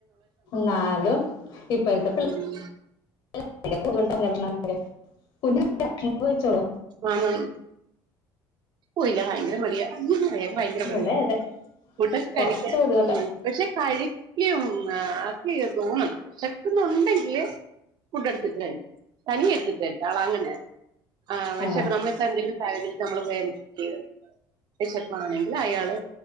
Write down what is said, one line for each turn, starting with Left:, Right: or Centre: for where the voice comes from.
Left: ന്നാലും ഇപ്പോഴത്തെ പി
Right: ഉം
Left: <unintelligible> വെച്ചോളൂ
Right: മാമൻ പോയില്ല ഭയങ്കര മടിയ അയാൾക്ക് ഭയങ്കര
Left: ഇവിടെ
Right: മടിയ
Left: അതെ
Right: ഫുഡോക്കെ കഴിക്കാൻ
Left: കൊറച്ച് ബുദ്ധിമുട്ടാ
Right: ഉം പക്ഷെ കഴിക്കും ആക്കി തോന്നണം വിഷക്കുന്നുണ്ടെങ്കില് ഫുഡ് എടുത്തിട്ട് കഴിക്കും തനിയെ എടുത്തിട്ട് കഴിക്കും ആള അങ്ങനെയാ ആ പക്ഷെ
Left: ആഹ്
Right: നമ്മളിപ്പ എന്തെലും സാഹചര്യത്തിൽ നമ്മള് വേറേ <unintelligible> വിശപ്പാണെങ്കിൽ അയാള്